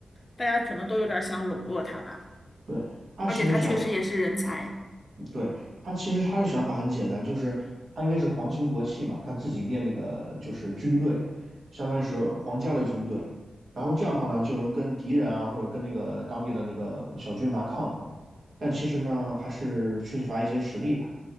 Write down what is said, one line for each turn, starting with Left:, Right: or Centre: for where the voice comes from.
Left: 大家可能都有点想笼络他吧，
Right: 对，他其实想
Left: 而且他确实也是人才。
Right: 对，他其实他的想法很简单，就是他因为是皇亲国戚嘛，他自己练那个就是军队，相当于是皇家的军队，然后这样的话呢，就能跟敌人啊或者跟那个当地的那个小军阀抗衡，但其实呢还是缺乏一些实力吧。